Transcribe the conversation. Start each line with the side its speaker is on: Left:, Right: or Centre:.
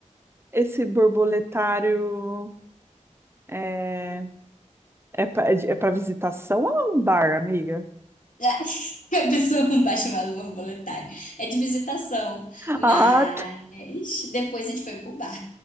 Right: Esse borboletário é, é para é para visitação ou é um bar, amiga?
Left: <laughs> A pessoa não vai chamar do <laughs> borboletário. É de visitação. Mas
Right: Ah, tá.
Left: depois a gente foi pro bar.